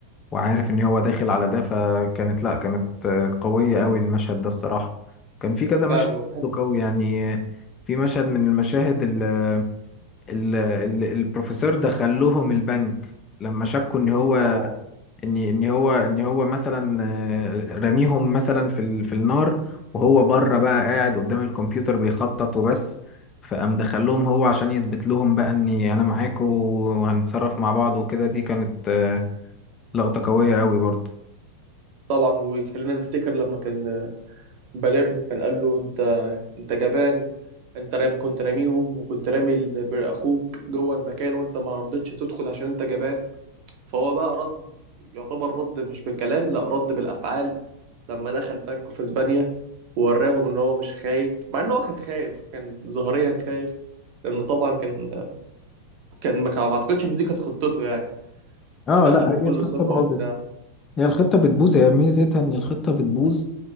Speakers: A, on the left; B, on the right.
A: وعارف إن هو داخل على ده فكانت لأ كانت آه، قوية أوي المشهد ده الصراحة كان في كذا مشهد
B: فعلا
A: قوي يعني آه، في مشهد من المشاهد ال ال ال البروفيسور دخل لهم البنك لما شكوا ان هو
B: طبعا
A: ان ان هو ان هو مثلا آه، رميهم مثلا في ال... في النار وهو بره بقى قاعد قدام الكمبيوتر بيخطط وبس فقام دخلهم هو عشان يثبت لهم بقى اني انا معاكم وهنتصرف مع بعض وكده دي كانت آه، لقطة قوية قوي برضه
B: طبعا وخلينا نفتكر لما كان باليرمو كان قال له انت انت جبان انت رامي كنت راميهم وكنت رامي ال- بر- اخوك جوه المكان وانت ما رضيتش تدخل عشان انت جبان فهو بقى رد يعتبر رد مش بالكلام لا رد بالافعال لما دخل بنك في اسبانيا ووراهم ان هو مش خايف مع ان هو كان خايف كان ظاهريا خايف لان طبعا كان كان ما كان- ما اعتقدش ان دي كانت خطته يعني لا
A: اه
B: دخل
A: لا
B: بكل
A: هي الخطة
B: ثقه
A: باظت
B: وبتاع
A: هي الخطة بتبوظ هي ميزتها ان الخطة بتبوظ